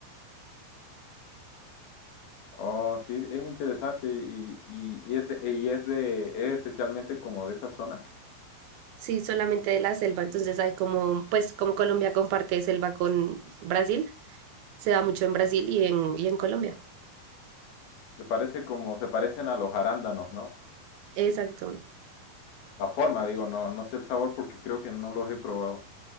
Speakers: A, on the left (about 60°); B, on the right (about 70°).
A: Oh, sí, es interesante y, y, y es de, y es de, es especialmente como de esa zona.
B: Sí, solamente de la selva. Entonces hay como, pues como Colombia comparte selva con Brasil, se da mucho en Brasil y en, y en Colombia.
A: Se parece como, se parecen a los arándanos, ¿no?
B: Exacto.
A: La forma, digo, no, no sé el sabor porque creo que no los he probado.